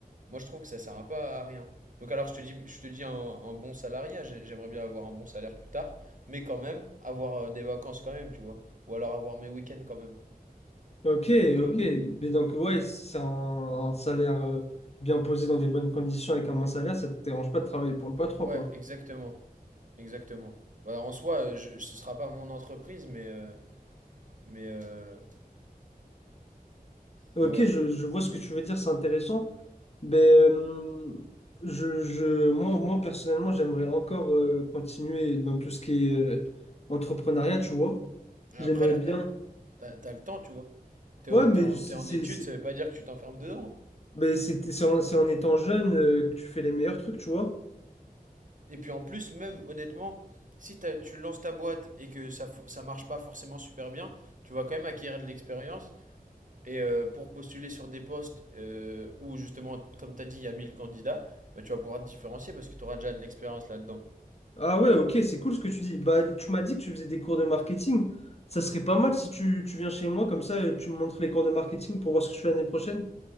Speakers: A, on the right (about 55°); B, on the left (about 40°).
A: Moi, je trouve que ça sert un peu à rien. Donc alors, je te dis, je te dis un, un bon salariat, j'ai- j'aimerais bien avoir un bon salaire plus tard, mais quand même, avoir euh, des vacances quand même, tu vois. Ou alors avoir mes week-ends quand même.
B: Ok,
A: Donc,
B: ok.
A: euh,
B: Mais donc, ouais, si c'est un, un salaire euh, bien posé dans des bonnes conditions avec un bon salaire, ça te dérange pas de travailler pour le patron,
A: ouais,
B: quoi.
A: exactement. Exactement. Bah, en soi, euh, je, ce sera pas mon entreprise, mais, euh, mais, euh,
B: Ok,
A: mais ouais.
B: je, je vois ce que tu veux dire, c'est intéressant. Mais euh, je, je, moi, moi, personnellement, j'aimerais encore euh, continuer dans tout ce qui est euh, entrepreneuriat, tu vois.
A: Après,
B: J'aimerais
A: là,
B: bien.
A: t'as, le- t'as, t'as le temps, tu vois. T'es
B: Ouais,
A: en,
B: mais
A: t'es en,
B: c'est
A: t'es en
B: c'est-
A: études,
B: c'est-
A: ça veut pas dire que tu t'enfermes dedans.
B: mais c'est- c'est en, c'est en étant jeune euh, que tu fais les meilleurs trucs, tu vois.
A: Et puis en plus, même honnêtement, si tu lances ta boîte et que ça, ça marche pas forcément super bien, tu vas quand même acquérir de l'expérience. Et euh, pour postuler sur des postes euh, où justement, comme t'as dit, il y a 1000 candidats, bah, tu vas pouvoir te différencier parce que tu auras déjà de l'expérience là-dedans.
B: Ah ouais, ok, c'est cool ce que tu dis. Bah, tu m'as dit que tu faisais des cours de marketing. Ça serait pas mal si tu, tu viens chez moi, comme ça, euh, tu me montres les cours de marketing pour voir ce que tu fais l'année prochaine.